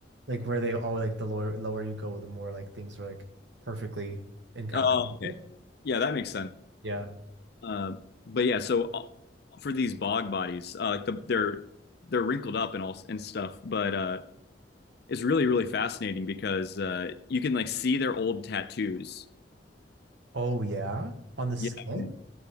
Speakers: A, on the right; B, on the left.
A: like where they all like the lower lower you go, the more like things are like perfectly encapsulated.
B: oh, okay. Yeah, that makes sense.
A: Yeah.
B: Um, but yeah, so uh, for these bog bodies, uh, like the, they're they're wrinkled up and all and stuff, but uh, it's really really fascinating because uh, you can like see their old tattoos.
A: Oh yeah, on the skin.
B: Yeah, and-